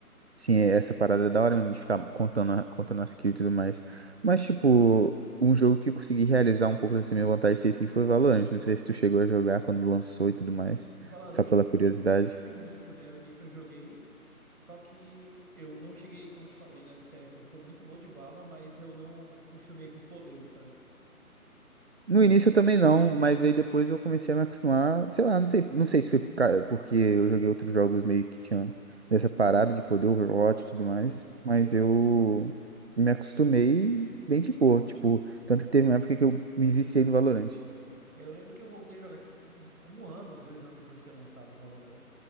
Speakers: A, on the right (about 45°); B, on the right (about 70°).
A: Sim, é- essa parada é da hora mesmo de ficar contando, a- contando as kills e tudo mais. Mas, tipo, um jogo que eu consegui realizar um pouco dessa minha vontade de ter skin foi Valorant. Não sei se tu chegou a jogar quando lançou e tudo mais,
B: Valorant,
A: só pela
B: eu,
A: curiosidade.
B: O início, né? O início eu joguei. Só que eu não cheguei, como eu te falei, né, do CS. Eu sou muito bom de bala, mas eu não costumei com os poderes, sabe?
A: No
B: Aí,
A: início eu também não, mas aí depois eu comecei a me acostumar, sei lá, não sei, não sei se foi por ca- porque eu joguei outros jogos meio que tinham dessa parada de poder Overwatch e tudo mais,
B: sim, sim.
A: mas
B: Eu,
A: eu me acostumei bem de boa, tipo, tanto que teve uma época que eu me viciei no Valorant.
B: eu lembro que eu voltei a jogar, tipo, um, um ano, dois anos depois de ter lançado o Valorant.